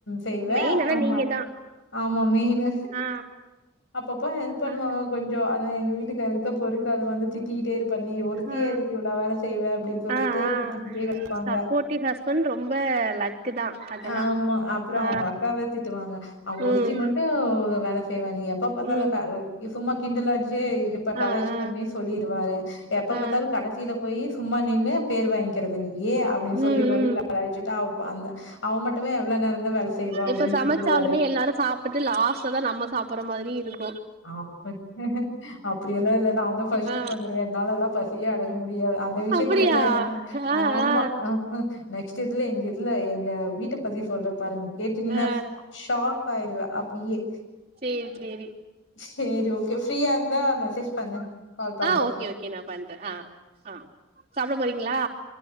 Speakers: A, on the left; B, on the right.
A: செய்வே
B: மெயின் ஆனா
A: ரேம்ப
B: நீங்க தா
A: ஆமா மெயினு
B: ஆ
A: அப்பப்ப ஹெல்த் பண்ணுவாங்க
B: ஆ
A: கொஞ்சோ ஆனா எங்க வீட்டுக்காருக்குதா பொறுக்காது வந்து திட் திட்டிக்கிட்டே இருப்பாரு நீ ஒருத்தியே
B: ஆ
A: எதுக்கு இவ்ளே வேல செய்வேன்னு அப்படின் சொல்லிட்டு
B: ஆ ஆ
A: திட்டிக்கிட்டே கெடப்பாங்க
B: சப்போர்ட்டிவ் ஹஸ்பண்ட் ரொம்ப லக்கு தா அதெல்லா
A: ஆமா அப்புறோ
B: ஆ
A: அவங்க அக்காவ திட்டுவாங்க அவ ஒருத்தி
B: ம்
A: மட் து வேல செய்வாங் நீ எப்ப பாத்தாலூ
B: ம்
A: சும்மா கிண்டல அடிச்சுட்டு டியே இப்ப கலாஜ்
B: ஆ ஆ
A: பண்ணி சொல்லிருவாரு எப்ப
B: ஆ
A: பாத்தாலு கடைசியில போயி சும்மா நின்னு பேர் வாங்கிக்கிறத் இங்கி அப்டின்னு
B: ம்
A: சொல்லி சொல்லி
B: ம்
A: கலாய்ச்சுட்டு அவ் அந்த அவ மட்டுமே எவ்ளோ நேரந்தா வேல செய்வா
B: இப்ப
A: அப்படின்னு
B: சமச்சாலுமே
A: திட்டுவாரு.
B: எல்லாரு சாப்ட்டு லாஸ்ட்லதா நம்ம சாப்ற மாரி இருக்
A: அப்பட் அப்படியெல்லா இல்ல நா தா ஃபர்ஸ்ட்
B: ஆ
A: உக்காந்துருவே என்னாலல்லா த்யே அடக்க முடியாது அந்த விஷயத்துலா
B: அப்டியா ஆ
A: ஆமா
B: ஆ
A: ஹ நெக்ஸ்ட் இதுல எங்க இதுல எங்க வீட்ட பத்தி சொல்ற பாருங்க கேட்டிங்னா
B: ஆ
A: ஷாக் ஆயிருவே அப்டியே
B: சேர் சேரி
A: சேரி ஓகே ஃப்ரீயா இருந்தா மெசேஜ் பண்ணு கால் பண்றோ
B: ஆ ஓகே ஓகே நா பண்றே ஆ ஆ சாப்ட போறீங்ளா